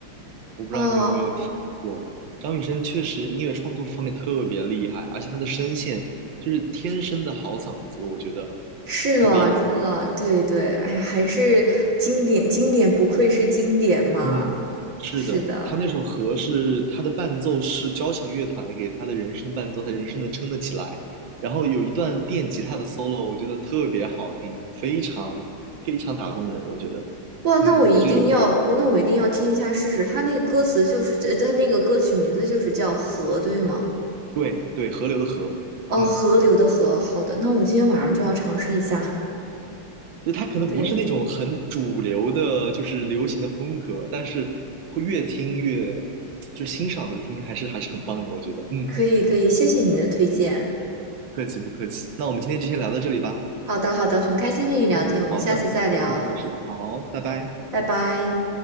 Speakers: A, on the right (about 65°); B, on the right (about 45°).
A: 我不知道你有没有听过。
B: 哦，
A: 张雨生确实音乐创作方面特别厉害，而且他的声线就是天生的好嗓子，我觉得
B: 是了是了，
A: 很厉害。
B: 对对，哎呀，还是经典经典，不愧是经典嘛。
A: 嗯，是的，
B: 是的，
A: 他那首《河》是他的伴奏是交响乐团给他的人声伴奏，他人声能撑得起来。然后有一段电吉他的 solo，我觉得特别好听，非常非常打动人，我觉得。
B: 哇，那我一定要，
A: 嗯，我觉得有，
B: 那我一定要听一下试试。他那个歌词就是，呃他那个歌曲名字就是叫《河》，对吗？
A: 对对，河流的河，
B: 哦，
A: 嗯。
B: 河流的河。好的，那我今天晚上就要尝试一下。
A: 就它可能不是那种很主流的，
B: 对，
A: 就是流行的风格，但是会越听越就欣赏的听，还是还是很棒的，我觉得。嗯，
B: 可以可以，谢谢你的推荐。
A: 不客气不客气。那我们今天就先聊到这里吧。
B: 好的好的，很开心和你聊天，
A: 嗯，
B: 我们下次再聊，
A: 好的，嗯，没事，好，拜拜。
B: 拜拜。